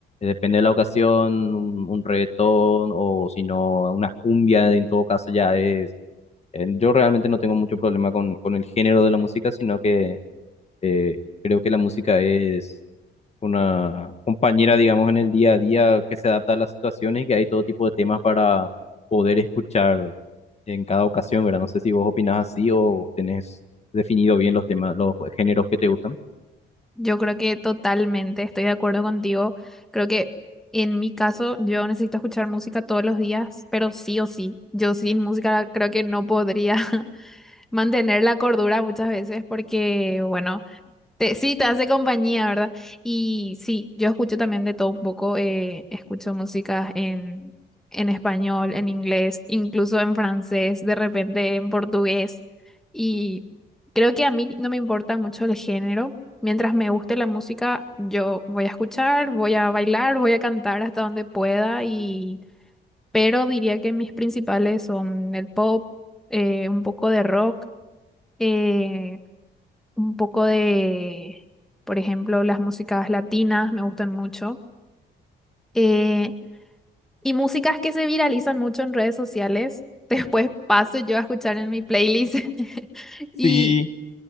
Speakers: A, on the left; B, in the centre.
A: depende de la ocasión, un, un reggaetón o si no, una cumbia en todo caso ya es... eh, yo realmente no tengo mucho problema con, con el género de la música, sino que eh, creo que la música es una compañera, digamos, en el día a día que se adapta a las situaciones y que hay todo tipo de temas para poder escuchar en cada ocasión, ¿verdad? No sé si vos opinás así o tenés definido bien los temas, los géneros que te gustan.
B: yo creo que totalmente estoy de acuerdo contigo. Creo que en mi caso yo necesito escuchar música todos los días, pero sí o sí, yo sin música creo que no podría. <laughs> mantener la cordura muchas veces porque, bueno, te, sí, te hace compañía, ¿verdad? Y sí, yo escucho también de todo un poco, eh, escucho músicas en, en español, en inglés, incluso en francés, de repente en portugués. Y creo que a mí no me importa mucho el género. Mientras me guste la música, yo voy a escuchar, voy a bailar, voy a cantar hasta donde pueda y... Pero diría que mis principales son el pop, eh, un poco de rock eh, un poco de, por ejemplo, las músicas latinas me gustan mucho. eh, y músicas que se viralizan mucho en redes sociales. <laughs> Después paso yo a escuchar en mi playlist. <laughs>
A: Sí.
B: ¿Y